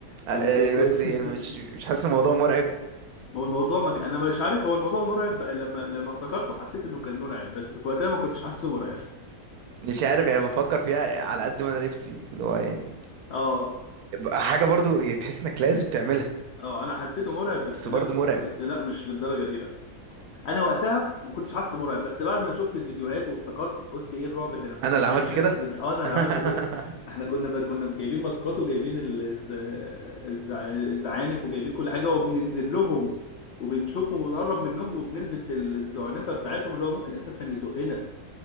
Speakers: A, on the left; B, on the right.
A: كنت
B: أ- أ-
A: كنت
B: بس يعني مش
A: <laughs>
B: مش حاسس الموضوع مرعب
A: هو الموضوع ما كان انا مش عارف هو الموضوع مرعب لما لما افتكرته حسيت انه كان مرعب بس في وقتها ما كنتش حاسه مرعب
B: مش عارف يعني بفكر فيها على قد ما انا نفسي اللي هو يعني
A: <laughs> اه
B: حاجه برضو يعني تحس انك لازم تعملها
A: اه انا حسيته مرعب بس
B: بس
A: لا
B: برضو مرعب
A: بس لا مش للدرجه دي انا وقتها ما كنتش حاسس مرعب بس بعد ما شفت الفيديوهات وافتكرت قلت ايه الرعب اللي انا كنت
B: انا اللي
A: معايش
B: عملت كده
A: نفسي فيه ده اه انا اللي
B: <laughs>
A: عملت كده احنا كنا ب... كنا جايبين ماسكات وجايبين ال- الز... الز... الزعانف وجايبين كل حاجه وبننزل لهم وبنشوفهم وبنقرب منهم وبنلبس ال- الزعنفه بتاعتهم اللي هو ممكن اساسا يزقنا